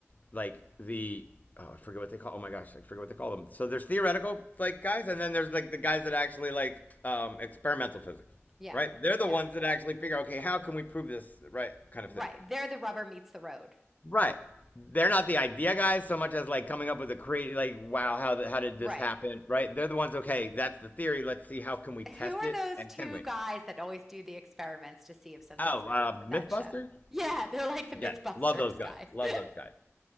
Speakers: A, on the left; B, in the centre.
A: like the oh, I forget what they call. Oh my gosh, I forget what they call them. So there's theoretical like guys, and then there's like the guys that actually like um, experimental physics,
B: Yeah.
A: right? They're
B: Yeah.
A: the ones that actually figure, okay, how can we prove this, right? Kind
B: Right.
A: of thing,
B: There the rubber meets the road.
A: right? They're not the idea guys so much as like coming up with a create like wow how the, how did
B: Right.
A: this happen right they're the ones okay that's the theory let's see how can we test
B: Who are
A: it
B: those
A: and
B: two
A: can we
B: guys that always do the experiments to see if something's
A: oh
B: real?
A: uh, MythBuster
B: That show. Yeah, they're like the
A: yes
B: Mythbusters
A: love those guys
B: guys.
A: love
B: <laughs> they're
A: those guys